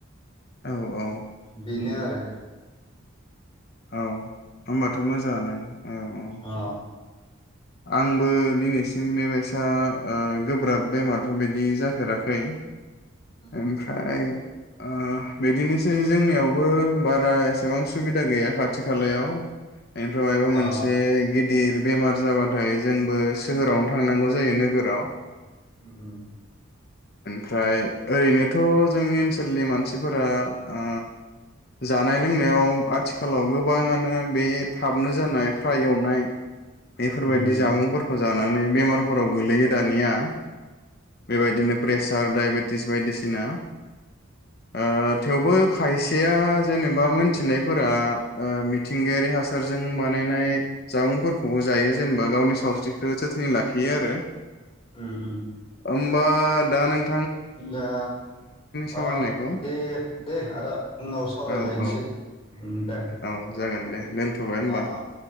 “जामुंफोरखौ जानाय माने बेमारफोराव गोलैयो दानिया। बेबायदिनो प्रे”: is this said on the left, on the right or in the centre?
Left